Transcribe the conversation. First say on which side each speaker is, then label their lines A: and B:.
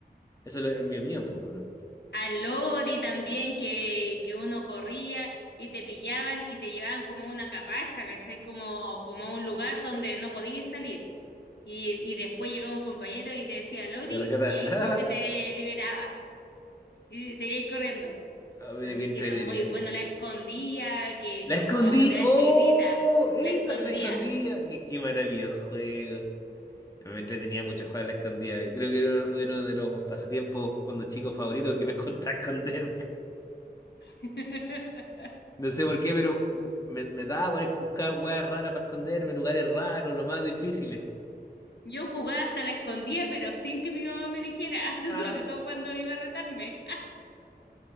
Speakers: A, on the left; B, on the left.
A: eso es lo- en mi opinión, pues bueno.
B: Al lori también que, que uno corría y te pillaban y te llevaban como una capacha, ¿cachai? Como, como a un lugar donde no podías salir. Y, y después llegaba un compañero y te decía Lori
A: La rescata.
B: y ahí como que te
A: <laughs>
B: liberaba y seguías corriendo.
A: Ah, mira
B: No,
A: qué entretenido.
B: sí, era muy bueno. La escondía, que,
A: ¡La
B: que
A: escondí!
B: lo jugaba cuando era
A: ¡Oh!
B: chiquitita.
A: Esa,
B: La escondía.
A: la escondía. Qué, qué maravilloso juego. Me entretenía mucho jugar a la escondida. Creo que era uno, era uno de los pasatiempos cuando chico favorito porque me costaba <laughs> esconderme.
B: <laughs>
A: No sé por qué, pero me, me daba por buscar weas raras para esconderme, lugares raros, los más difíciles.
B: Yo jugaba hasta la escondía, pero sin que mi mamá me dijera, <laughs>
A: Ah.
B: sobre todo cuando iba a retarme.